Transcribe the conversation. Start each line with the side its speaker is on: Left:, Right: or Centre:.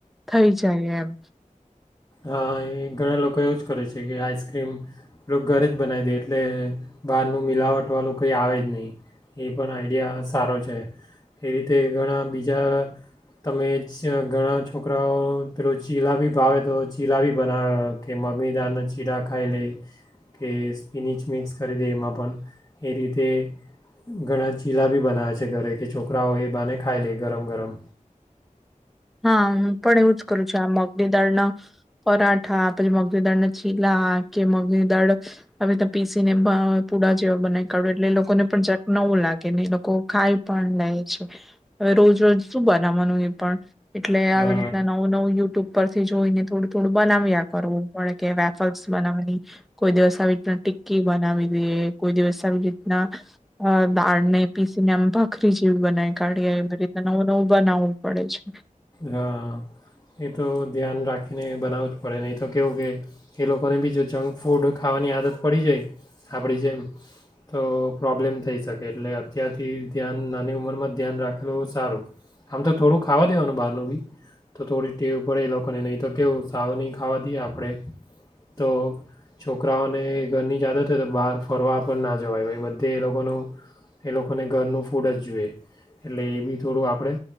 Centre: થઈ જાય એમ.
Left: હા એ ઘણા લોકો એવું જ કરે છે કે આઈસ્ક્રીમ ઘરે જ બનાવી દે એટલે બહારનું મિલાવટવાળું કંઈ આવે જ નહીં એ પણ આઈડિયા સારો છે એ રીતે ઘણા બીજા તમે ઘણા છોકરાઓ પેલો ચીલા બી ભાવે તો ચીલા બી બનાવે કે મગી દાળના ચીલા ખાઈ લે કે સ્પીનિચ મિક્સ કરી દે એમાં પણ એ રીતે ઘણા ચીલા બી બનાવે છે ઘરે કે છોકરાઓ એ બાને ખાઈ લે ગરમ ગરમ.
Centre: હા હ પણ એવું જ કરું છું આ મગની દાળ ના પરાઠા પછી મગની દાળના ચીલા કે મગની દાળ હવે પીસી ને પુડા જેવા બનાવી કાઢ એટલે એ લોકોને પણ જક નવું લાગે ને લોકો ખાઈ પણ લે છે હવે રોજ રોજ શું બનાવવાનું એ પણ. એટલે આવી
Left: હા
Centre: રીતના નવું નવું યુટ્યુબ પર થી જોઈને થોડું થોડું બનાવ્યા કરવું પડે કે વેફલ્સ બનાવાની કોઈ દિવસ આવી રીતના ટિક્કી બનાવી દઈએ કોઈ દિવસ આવી રીતના અ દાળને પીસીને આમ ભાખરી જેવી બનાવી કાઢી એ બધી રીતના નવું નવું બનાવવું પડે છે.
Left: હા એ તો ધ્યાન રાખીને બનાવવું જ પડે નહીં તો કેવું કે એ લોકોને બી જો જંક ફૂડ ખાવાની આદત પડી જાય આપણી જેમ તો પ્રોબ્લેમ થઈ શકે એટલે અત્યારથી ધ્યાન નાની ઉંમરમાં જ ધ્યાન રાખેલું સારું આમ તો થોડું ખાવા દેવાનું બહારનું બી તો થોડી ટેવ પડે એ લોકોને નહીં તો કેવું સાવ નહીં ખાવા દઈએ આપણે તો છોકરાઓને ઘરની જ આદત હોય તો બહાર ફરવા પણ ના જવાય ભાઈ બધે એ લોકોનું એ લોકોને ઘરનું ફૂડ જ જુએ એટલે એ બી થોડું આપણે